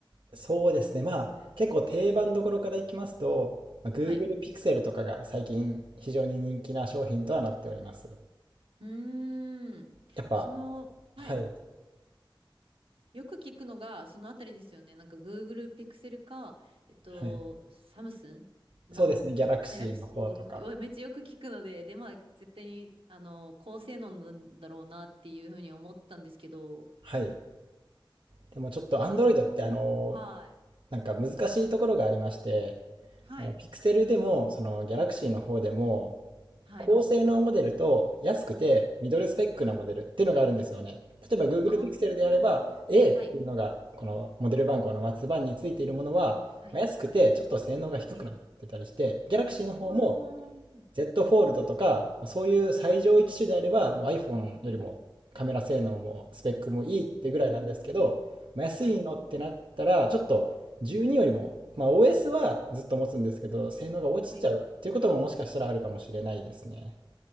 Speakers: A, on the right; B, on the right.
A: そうですね。まあ、結構定番どころからいきますと、まあ Google
B: はい。
A: Pixel とかが最近非常に人気な商品とはなっております。
B: うーん。
A: やっぱ、
B: その、はい。
A: はい。
B: よく聞くのが、そのあたりですよね。なんか Google Pixel か、えっと、
A: はい。
B: サムスンの
A: そうですね。Galaxy
B: Galaxy
A: の方とか。
B: はめっちゃよく聞くので、で、まあ、絶対に、あの、高性能なんだろうなっていうふうに思ったんですけど、
A: はい。でもちょっと
B: その、
A: Android ってあの、
B: はい。
A: なんか難しいところがありまして、
B: はい。
A: あの、ピクセルでも、その、ギャラクシーの方でも、
B: はい。
A: 高性能モデルと安くてミドルスペックなモデルっていうのがあるんですよね。
B: はい。はい。
A: 例えば Google
B: あー。
A: Pixel であれば A っていうのがこのモデル番号の末番についているものはまあ安くてちょっと性能が低くなってたりして
B: はい。はい。はい。
A: Galaxy の方も
B: あー。
A: Z フォールドとか、そういう最上位機種であれば、もう iPhone
B: はい。
A: よりもカメラ性能もスペックもいいってぐらいなんですけど、
B: うーん。
A: まあ安いのってなったら、
B: はい。
A: ちょっと12よりも、まあ OS はずっと持つんですけど、性能が落ちちゃうっていうことももしかしたらあるかもしれないですね。
B: はい。